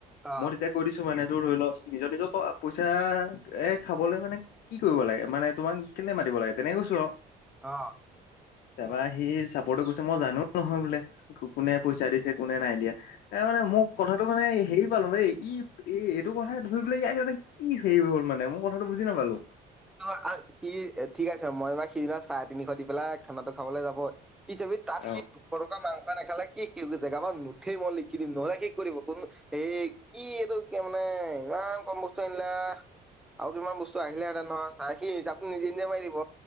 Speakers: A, in the centre; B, on the left.
A: অ অ অ
B: মই তেতিয়া কৰি দিছো মানে তো ধৰি ল নিজৰ নিজৰ কৰ আ পইচা এ খাবলে মানে কি কৰিব লাগে মানে তোমাক কেনে মাতিব লাগে তেনেকে কৈছো আও।
A: অ।
B: তাৰপৰা সি চাপৰ্টো কৰিছে মই জানো নহয় বোলে টোক কোনে পইচা দিছে কোনে নাই দিয়া। এ মানে মোক কথাটো মানে হেৰি পালো এই ই এই এইটো কথাই ধৰিবলৈ ইয়াক ইহঁতে ই সেই হৈ গল মানে মই কথাটো বুজি নাপালো।
A: সিটো সি ঠিক আছে মই বা সি বা চাৰে তিনিশ দি পেলাই খানাটো খাবলৈ যাব হিচাপি তাত
B: অ
A: সি দুশ টকা মাংস নেখালে সি- জেগা পৰা নুঠেই মই লিখি দিম। নহলে শেষ কৰি দিব কোন হে কি এইটো কেনাই ইমান ইমান কম বস্তু আনিলা আৰু কিমান বস্তু আহিলেহেঁতেন। ন চাৰে সি হিচাপটো নিজে নিজে মাৰি দিব